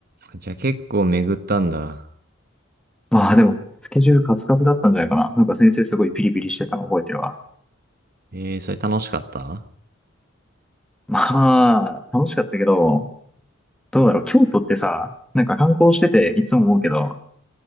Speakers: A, on the right (about 50°); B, in the centre.
A: じゃあ結構巡ったんだ。
B: まあでも、スケジュールカツカツだったんじゃないかな。なんか先生すごいピリピリしてたの覚えてるわ。
A: えー、それ楽しかった
B: まあ、楽しかったけど、どうだろう。京都ってさ、なんか観光してていつも思うけど、